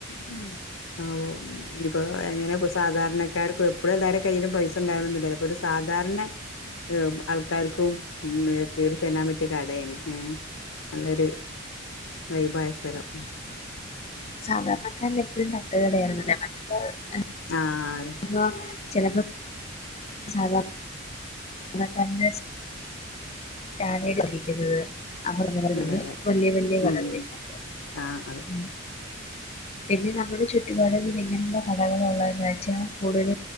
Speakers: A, on the left; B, on the left.
A: ഹ്‌ ആഹ്‌ ഒഹ് ഇഞ്പ്പൊ എങ്ങനെപൊ സാധാര്നക്കാര്ക്കൊരുപ്ലല്ലാരകയ്യിലും പൈസണ്ടാവന്നില്ലല്ലോ ഒരു സാധാര്നെ ഴു ആൾക്കാര്ക്കുംമ്മേ കേറി ചല്ലാംപറ്റ്യേ കടേണ് ഏഹ് നല്ലൊര് വൈബായ സ്ഥലം ഉം
B: സാധാര്നക്കാര്നപ്പഴും തട്ട്കടേണല്ലോ <unintelligible>
A: ആതെ
B: ബാ ചെലപ്പോ സാധാര് ന ക്കാര്നേസ് ഞാന് <unintelligible> <unintelligible>
A: ആ അതെ അതെ
B: വല്യേ വല്യേ കടകളി
A: ഉം
B: പോമ്പോ
A: ആ അതെ
B: ഉം പിന്നെ നമ്മുടെ ചുറ്റുപാടുകള് ഇങ്ങൻത്ത കടകള് ഉള്ളത് ന്ന്വെച്ചാ കൂടുതൽ